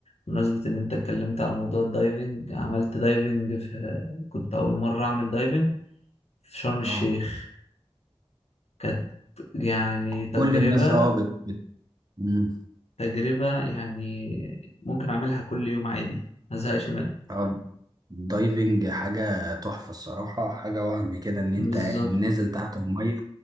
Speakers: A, on the left; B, on the right.
A: بمناسبة إن أنت اتكلمت على موضوع الدايفنج عملت دايفنج في كنت أول مرة أعمل دايفنج في شرم الشيخ
B: اه
A: كانت يعني تجربة
B: كل الناس اه بت... بت... مم.
A: تجربة يعني ممكن أعملها كل يوم عادي ما زهقش منها
B: آه، الدايفنج حاجة تحفة الصراحة حاجة وهم كده إن أنت
A: بالظبط
B: نازل تحت المية